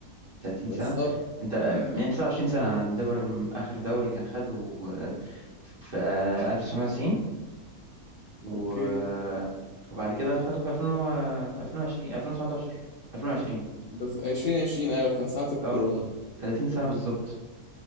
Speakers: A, on the right; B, on the left.
A: 30
B: بالظبط
A: سنة انت آم، يعني 29 سنة ليفر م- اخر دوري كان خده آه، في آه، 1990 و
B: اوكي
A: آه، وبعد كده خده في 2000 و- آه، 2020 2019 2020
B: بس عشرين عشرين ايوه كان ساعة الكورونا
A: اه 30 سنة بالظبط